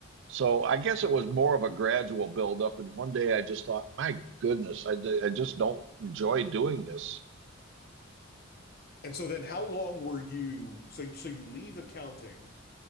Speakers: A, on the right; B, on the left.
A: So I guess it was more of a gradual buildup. And one day I just thought, my goodness, I, I just don't enjoy doing this.
B: And so then how long were you so you, so you leave accounting